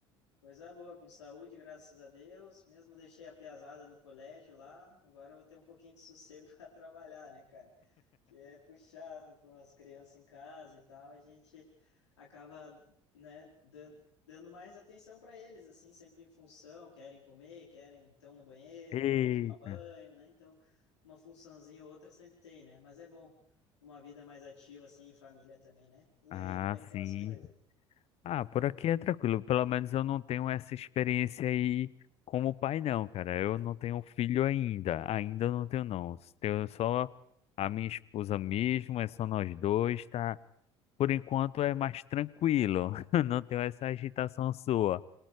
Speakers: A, on the left (about 70°); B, on the left (about 45°).
A: Coisa boa, com saúde, graças a Deus. Mesmo deixei a piazada no colégio lá, agora eu vou ter um pouquinho de sossego <laughs> para trabalhar, né, cara? Que é puxado com as crianças em casa e tal, a gente acaba, né, dan- dando mais atenção para eles, assim, sempre em função, querem comer, querem, estão no banheiro,
B: Eita.
A: vão tomar banho, né? Então, uma funçãozinha ou outra sempre tem, né? Mas é bom uma vida mais ativa, assim, em família também, né? E
B: Ah,
A: aí, como é que
B: sim.
A: estão as coisas?
B: Ah, por aqui é tranquilo. Pelo menos eu não tenho essa experiência aí como pai, não, cara. Eu não tenho filho ainda. Ainda não tenho, não. Tenho só a minha esposa mesmo, é só nós dois, tá? Por enquanto é mais tranquilo. <laughs> Não tenho
A: <laughs>
B: essa agitação sua.